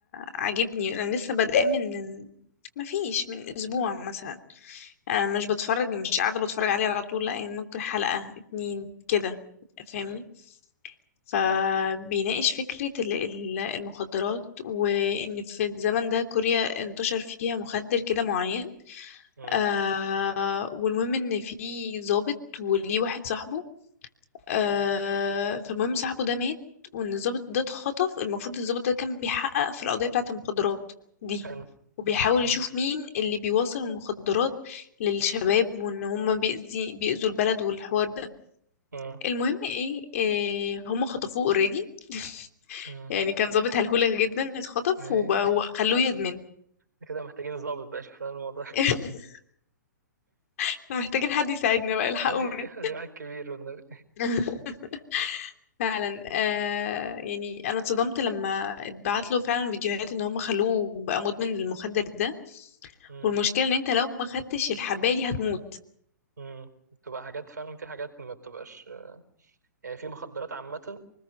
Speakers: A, on the left; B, on the right.
A: عاجبني انا لسه بادئه من مفيش من اسبوع مثلا انا مش بتفرج مش قاعده بتفرج عليه على طول لا يعني ممكن حلقه اتنين كده فاهمني
B: مم.
A: فبيناقش فكره ال- ال- المخدرات وان في الزمن ده كوريا انتشر فيها مخدر كده معين
B: مم.
A: آه والمهم ان في ضابط وليه واحد صاحبه آه
B: مم.
A: فالمهم صاحبه ده مات وان الضابط ده اتخطف المفروض الضابط ده كان بيحقق في القضية بتاعة المخدرات دي
B: حلو
A: وبيحاول
B: مم.
A: يشوف مين اللي بيوصل المخدرات للشباب وان هما بيأذي بيأذوا البلد والحوار ده
B: مم.
A: المهم ايه, إيه هما خطفوه اوريدي <laughs>
B: مم.
A: يعني كان ضابط هلهولة جدا اتخطف
B: اي
A: وب- وخلوه يدمن
B: <laughs> كده محتاجين ظابط بقى يشوف لنا الموضوع
A: <laughs> احنا محتاجين حد يساعدنا
B: <laughs>
A: بقى الحقونا
B: اي ده واحد كبير والنبي
A: <laughs> فعلا آه يعني انا اتصدمت لما اتبعت له فعلا فيديوهات ان هم خلوه بقى مدمن للمخدر ده
B: مم.
A: والمشكله ان انت لو ما خدتش الحبايه دي هتموت
B: مم. بتبقى حاجات فعلا في حاجات ما بتبقاش يعني في مخدرات عامة